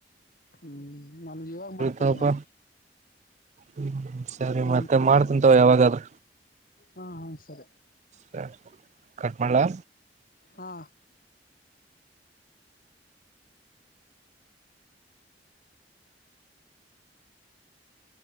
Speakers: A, on the left (about 55°); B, on the right (about 40°).
A: ಹ್ಮ್, ನಮಗ ಇವಾಗ್ ಮಾಡ್ತವ್ನ
B: ತಗೋಪ
A: ನೋಡ
B: ಹ್ಮ್ ಸರಿ
A: ಹ್ಮ್,
B: ಮತ್ತೆ
A: ಸರಿ
B: ಮಾಡ್ತಿನ್ ತಗೋ ಯಾವಾಗಾದ್ರೂ
A: ಹಾ, ಹಾ ಸರಿ
B: ಸ ಕಟ್ಮಾಡಳ.
A: ಹಾ, <inaudible>